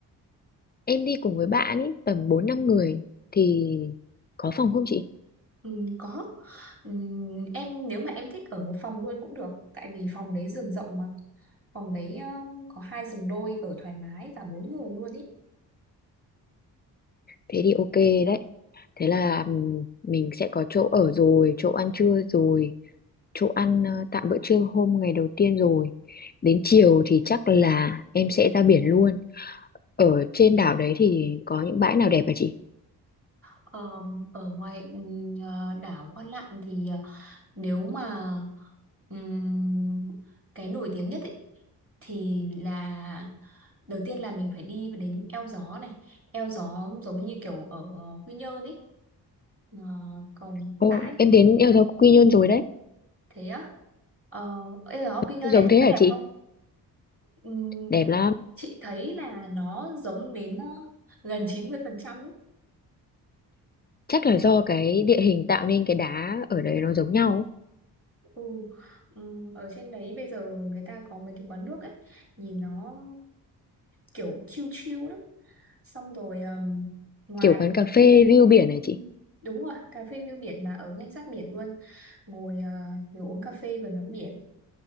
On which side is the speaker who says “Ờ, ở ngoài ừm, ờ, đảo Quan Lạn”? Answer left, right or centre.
Right